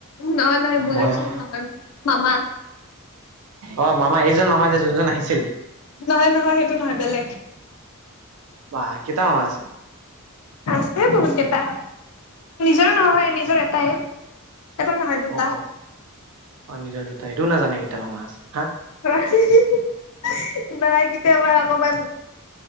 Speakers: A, on the left; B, on the right.
A: নহ নহয় বুজকচোন
B: বয়স
A: নহয় মামা।
B: অ মামা এইজন মামা যে যোনজন আহিছিল
A: নহয় নহয় সেইটো নহয় বেলেগ।
B: বাহ কেইটা মামা আছে?
A: আছে বহুত কেইটা নিজৰ নহয় নিজৰ
B: অ
A: এটাই। এটা নহয় দুটা
B: অ অ অ নিজৰ দুটাইটো নাজানে কেতিয়াবা মামা আছে হা?
A: <unintelligible> নাই কেতিয়াবা অকমান।